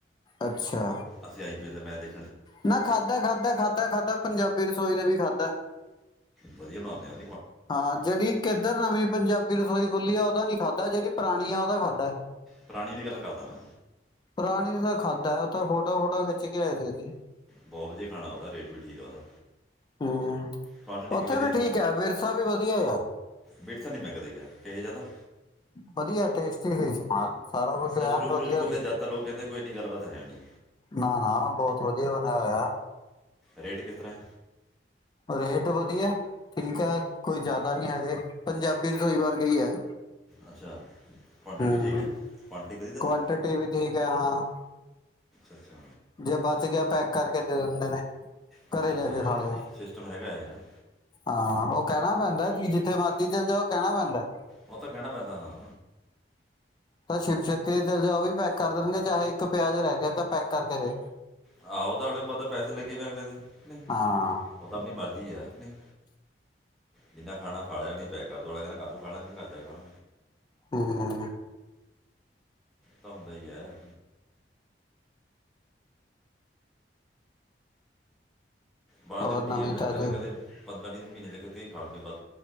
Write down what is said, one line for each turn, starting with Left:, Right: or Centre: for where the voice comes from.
Left: ਅੱਛਾ।
Centre: ਅਸੀਂ ਆਈ ਪੀ ਏੱਲ ਦਾ ਮੈਂਚ ਦੇਖ
Left: ਨਾ ਖਾਧਾ, ਖਾਧਾ, ਖਾਧਾ, ਖਾਧਾ ਪੰਜਾਬੀ ਰਸੋਈ ਦਾ ਵੀ ਖਾਦਾ।
Centre: ਵਧੀਆ ਬਣਾਉਂਦੇ ਆਂ।
Left: ਹਾਂ। ਜਿਹੜੀ ਕਿੱਧਰ ਨਵੀਂ ਪੰਜਾਬੀ ਰਸੋਈ ਖੁੱਲੀ ਹੈ। ਉਹਦਾ ਨੀ ਖਾਧਾ ਜਿਹੜੀ ਪੁਰਾਣੀ ਆ ਉਹਦਾ ਖਾਧਾ।
Centre: ਪੁਰਾਣੀ ਦੀ ਗੱਲ ਕਰਦਾ ਮੈਂ
Left: ਪੁਰਾਣੀ ਤਾਂ ਖਾਦ ਉੱਥੇ ਫੋਟੋ -ਫੂਟੂਆ ਖਿੱਚ ਕੇ ਆਏ ਸੀ। ਅਸੀਂ
Centre: ਬਹੁਤ ਵਧੀਆ ਖਾਣਾ ਉਹਦਾ। ਰੇਟ ਵੀ ਠੀਕ ਆ ਉਹਦਾ।
Left: ਹੂ।
Centre: ਕੁਆਂਟੀਟੀ
Left: ਉੱਥੇ
Centre: ਵਧੀਆ
Left: ਵੀ ਠੀਕ ਹੈ। ਵਿਰਸਾ ਵੀ ਵਧੀਆ ਆ ਯਾਰ
Centre: ਵਿਰਸਾ ਨੀ ਮੈਂ ਕਦੇ ਗਿਆ। ਕਿਹਾ ਜਿਆਦਾ
Left: ਵਧੀਆ ਟੇਸਟੀ ਸੀ ਸਮਾਨ। ਸਾਰਾ ਕੁਛ ਐਨ
Centre: ਜਾਂ ਸ਼ੁਰੂ ਸ਼ੁਰੂ
Left: ਵਧੀਆ
Centre: ਚ ਗੱਲੇ
Left: ਸੀ।
Centre: ਜਦ ਤਾਂ ਲੋਕ ਕਹਿੰਦੇ ਕੋਈ ਐਡੀ ਗੱਲਬਾਤ ਹੈ ਨਹੀਂ।
Left: ਨਾ -ਨਾ ਬਹੁਤ ਵਧੀਆ ਬਣਿਆ ਹੋਇਆ।
Centre: ਰੇਟ ਕਿਸ ਤਰ੍ਹਾਂ?
Left: ਰੇਟ ਵਧੀਆ ਠੀਕ ਹੈ। ਕੋਈ ਜ਼ਿਆਦਾ ਨਹੀਂ ਹੈਗੇ। ਪੰਜਾਬੀ ਰਸੋਈ ਵਰਗੇ ਹੀ ਹੈ।
Centre: ਅੱਛਾ। ਕੁਆਂਟਿਟੀ
Left: ਹੂੰ
Centre: ਠੀਕ ਹੈ। ਕੁਟਿਟੀ ਪੜੀ ਤੇਨੇ
Left: ਕੁਆਂਟਿਟੀ ਵੀ ਠੀਕ ਹੈ ਹਾਂ
Centre: ਅੱਛਾ
Left: ਜੇ ਬਚ ਗਿਆ। ਪੈਕ ਕਰਕੇ ਦੇ ਦਿੰਦੇ ਨੇ।
Centre: ਅੱਛਾ
Left: ਘਰੇ
Centre: ਅੱਛਾ
Left: ਜਾ ਕੇ ਖਾ ਲਿਓ।
Centre: ਸਿਸਟਮ ਹੈਗਾ ਹੈ ਯਾਰ
Left: ਹਾਂ ਉਹ ਕਹਿਣਾ ਪੈਂਦਾ। ਜਿੱਥੇ ਮਰਜ਼ੀ ਚੱਲੇ ਜੳ। ਉਹ ਕਹਿਣਾ ਪੈਂਦਾ।
Centre: ਉਹ ਤਾਂ ਕਹਿਣਾ ਪੈਂਦਾ ਹਾਂ
Left: ਤਾਂ ਸ਼ਿਵ ਸ਼ਕਤੀ ਦੇ ਚਲੇ ਜਾਉ। ਉਹ ਵੀ ਪੈਕ ਕਰ ਦੇਣਗੇ। ਚਾਹੇ ਇੱਕ ਪਿਆਜ ਰਹਿ ਗਿਆ। ਕਹਿਪੈਕ ਕਰਕੇ ਦੇ।
Centre: ਆਹੋ ਉਹ ਤਾਂ ਅਗਲੇ ਨੂੰ ਪਤਾ ਪੈਸੇ ਲੱਗੇ ਪਏ ਅਗਲੇ ਦੇ। ਨਹੀਂ
Left: ਹਾਂ
Centre: ਉਹ ਤਾਂ ਆਪਣੀ ਮਰਜ਼ੀ ਹੈ। ਨਹੀਂ ਜਿੰਨਾ ਖਾ ਖਾ ਲਿਆ ਨੀ। ਪੈਕ ਕਰ ਦੋ ਕਹਦਾ ਕੱਲ੍ਹ ਨੂੰ ਖਾਾਂਲਾਗੇ। ਘਰ ਦਿਆਂ ਖਾਣਾ
Left: ਹੂ- ਹੂ
Centre: ਤਾਂ ਹੁੰਦਾ ਹੀ ਹੈ। ਬਾਹਰ
Left: ਹੋਰ
Centre: ਦੀ ਰੋਟੀਆਂ
Left: ਨਵੀਂ
Centre: ਜ
Left: ਤਾਜੀ
Centre: ਕਦੇ ਪੰਦਰਾ -ਵੀਹ ਦਿਨ ਮਹੀਨੇ ਚ ਖਾ ਲੈਂਦੇ ਕੀਤੀਤੀ ਵੱਧ